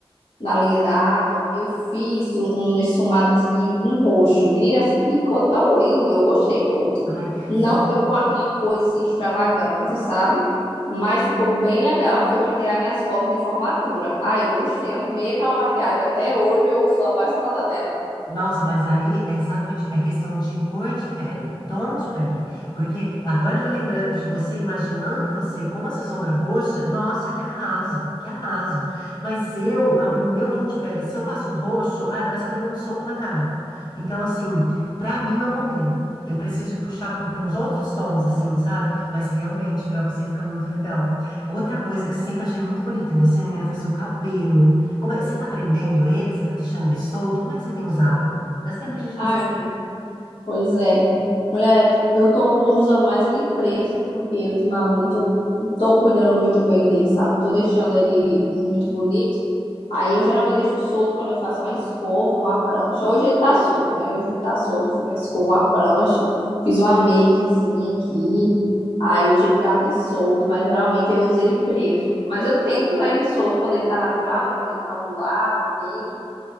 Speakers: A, on the left (about 65°); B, on the left (about 45°).
A: na linha da água, eu fiz um, um esfumadozinho com roxo. Menina, ficou tão lindo, eu gostei muito.
B: Ai,
A: Não
B: e não,
A: ficou aquela coisa assim extravagante, sabe? Mas ficou bem legal. Foi para tirar minhas fotos de formatura. Ah, eu gostei, amei aquela maquiagem. Até hoje eu sou apaixonada nela.
B: Nossa, mas aí é exatamente é questão de cor de pele, tom de pele. Porque agora eu tô lembrando de você, imaginando você com essa sombra roxa. Nossa, que arraso, que arraso. Mas eu, a- o meu tom de pele, se eu passo um roxo, ai, parece que eu levei um soco na cara. Então, assim, pra mim não combina. Eu preciso ir puxar para uns outros tons, assim, sabe? Mas realmente, pra você fica muito legal. Outra coisa que sempre achei muito bonita em você, menina, foi seu cabelo. Como é, você tá prendendo ele? Você tá deixando ele solto? Como é que você tem usado? Faz tempo que a gente
A: Ai,
B: não se...
A: menina, pois é. Mulher, eu tô com- usando mais ele preso, porque ultimamente eu tô cuidando muito bem dele, sabe? Não tô deixando ele muito bonito. Aí eu geralmente deixo solto quando eu faço uma escova e uma prancha. Hoje ele tá solto, né? Hoje ele tá solto, eu fiz uma escova, uma prancha, fiz uma makezinha aqui. Aí hoje ele tá aqui solto, mas geralmente eu uso ele preso. Mas eu tento usar ele solto quando ele tá natural, né? Quando ele tá ondulado, eu tento.